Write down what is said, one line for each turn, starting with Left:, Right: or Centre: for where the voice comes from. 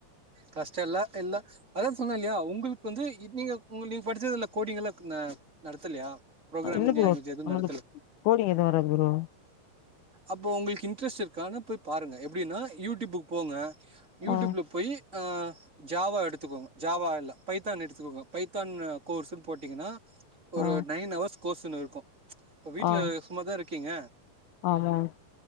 Right: கஷ்டம் ல்லா இல்ல அதாவது சொன்னே இல்லயா உங்களுக்கு வந்து இத் நீங்க உங்க நீங்க படிச்சதுல கோடிங்கல்லா இருக்குங்க நடத்தலையா ப்ரோகிராமிங்
Left: இல்ல
Right: லாங்குவேஜ்
Left: ப்ரோ
Right: எதும்
Left: நம்மளுக்கு
Right: நடத்தல
Left: கோடிங் எதுவு வராது ப்ரோ
Right: அப்போ உங்களுக்கு இன்ட்ரெஸ்ட் இருக்கான்னா போய் பாருங்க எப்டின்னா யூடியூப்க்கு போங்க யூடியூப்ல
Left: ஆ
Right: போய் ஆ ஜாவா எடுத்துக்கோங்க ஜாவா இல்ல பைத்தான் எடுத்துக்கோங்க பைத்தான் கோர்ஸ்ன்னு போட்டீங்கன்னா
Left: ஆ
Right: ஒரு நைன் அவர்ஸ் கோர்ஸ்ன்னு இருக்கும் இப்ப வீட்ல
Left: ஆ
Right: சும்மாதான இருக்கீங்க
Left: ஆமா